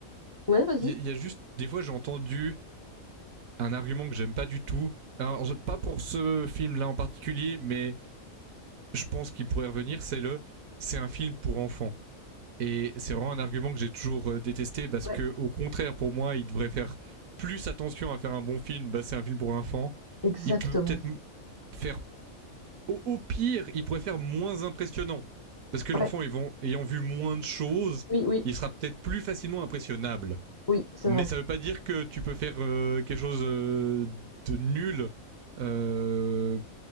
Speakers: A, on the left; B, on the right.
A: ouais, vas-y.
B: il y a juste des fois j'ai entendu un argument que j'aime pas du tout. Alors pas pour ce film-là en particulier, mais je pense qu'il pourrait revenir. C'est le, c'est un film pour enfants. Et c'est vraiment un argument que j'ai toujours euh, détesté parce
A: Ouais,
B: que, au contraire, pour moi, il devrait faire plus attention à faire un bon film. Bah, c'est un film pour enfants.
A: exactement.
B: Il peut peut-être faire, au, au pire, il pourrait faire moins impressionnant. Parce que
A: Ouais,
B: l'enfant, ils vont- ayant vu moins de choses,
A: oui, oui,
B: il sera peut-être plus facilement impressionnable.
A: oui, c'est
B: Mais
A: vrai.
B: ça veut pas dire que tu peux faire euh, quelque chose euh, de nul euh,